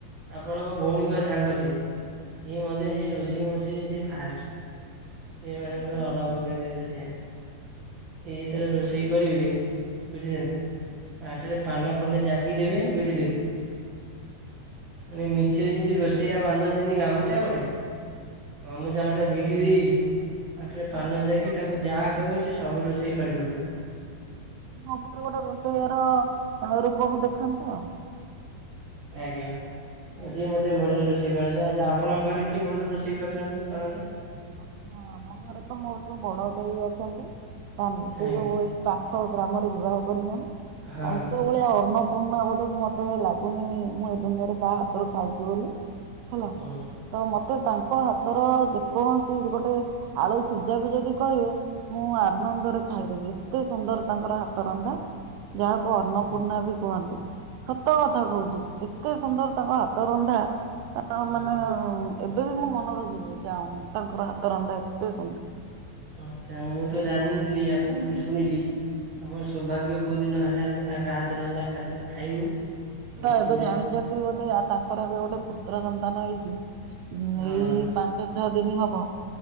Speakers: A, on the right; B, on the right.
A: ଆପଣଙ୍କ ଭଉଣୀଙ୍କ ସାଙ୍ଗ ସିଏ ସିଏ ମଧ୍ୟ ସିଏ ରୋଷେଇ ମୋଷେଇ ସିଏ ଫାଷ୍ଟ। ସିଏ ମାନେ
B: ବହୁତ
A: ପୁରା
B: ଭଲ
A: ଅଲଗା ପ୍ରକାରିଆ ରୋଷେୟା ସିଏ ଯେତେବେଳେ ରୋଷେଇ କରିବେ ବୁଝିଲେ ନା ପାଟିରେ ପାନ ଖଣ୍ଡେ ଜାକି ଦେବେ ବୁଝିଲେ କି ମାନେ ମିଛରେ ଯେମିତି ରୋଷେଇଆ ବାନ୍ଧନ୍ତିନି ଗାମୁଛା ଗୋଟେ। ଗାମୁଛା ଗୋଟେ ଭିଡି ଦେଇ ପାଟିରେ
B: ତାମାନେ
A: ପାନ ଯାକି
B: ସେ
A: ତାକୁ
B: କୃତ୍ରିମ
A: ଯାହା କହିବେ ସେ ସବୁ ରୋଷେଇ କରିପକେଇବେ।
B: ମୋ ପାଖରେ ଗୋଟେ ରୋଷେଇଆାର ରୂପକୁ ଦେଖାନ୍ତୁ ଆଉ
A: ଆଜ୍ଞା। ସିଏ ମଧ୍ୟ ଭଲ ରୋଷେଇ କରନ୍ତି ଆଚ୍ଛା ଆପଣଙ୍କ ଘରେ କିଏ ଭଲ ରୋଷେଇ କରୁଛନ୍ତି କରନ୍ତି।
B: ଆମ ଘରେ ତ ମୋର ଯୋଉ ବଡ ଦେଇ ଅଛନ୍ତି ସେ
A: ଆଜ୍ଞା
B: ଯୋଉ ପାଖ ଗ୍ରାମରେ ବିବାହ କରିଛନ୍ତି
A: ହଁ
B: ତାଙ୍କ ସେ ଭଳିଆ ଅନ୍ନପୂର୍ଣ୍ଣା ବୋଧେ ମତେ ଲାଗୁନି ମୁଁ ଏ ଦୁନିଆରେ କାହା ହାତରୁ ଖାଇଛି ବୋଲି। ହେଲା
A: ହଁ
B: ତ ମତେ ତାଙ୍କ ହାତର ଯେକୌଣସି ଗୋଟେ ଆଳୁ ସିଝା ବି ଯଦି କହିବେ। ମୁଁ ଆନନ୍ଦରେ ଖାଇଦେବି ଏତେ ସୁନ୍ଦର ତାଙ୍କର ହାତ ରନ୍ଧା। ଯାହାକୁ ଅନ୍ନପୂର୍ଣ୍ଣା
A: ହଁ
B: ବି କୁହନ୍ତି ସତ କଥା କହୁଛି।
A: ହଁ
B: ଏତେ ସୁନ୍ଦର ତାଙ୍କ ହାତ ରନ୍ଧା ତା
A: ହଁ
B: ମାନେ
A: ହଁ
B: ଏବେ ବି ମୋ ମନରୁ ଯି ଯାଉନି। ତାଙ୍କର ହାତରନ୍ଧା ଏତେ ସୁନ୍ଦର।
A: ଆଚ୍ଛା ମୁଁ ତ ଜାଣିନଥିଲି ଆପଣଙ୍କଠୁ ଶୁଣିଲି ଆମର ସୋଭାଗ୍ୟ କୋଉ ଦିନ ହେଲେ ଆମେ ତାଙ୍କ ହାତରନ୍ଧା ଖାଦ୍ୟ ଖାଇବୁ। ନିଶ୍ଚିନ୍ତ।
B: ଏବେ ଜାଣିଛନ୍ତି ବୋଧେ ତାଙ୍କର ଏବେ ଗୋଟେ ପୁତ୍ର ସନ୍ତାନ ହେଇଛି।
A: ହଁ
B: ଏଇ ପାଞ୍ଚ ଛଅ ଦିନ ହବ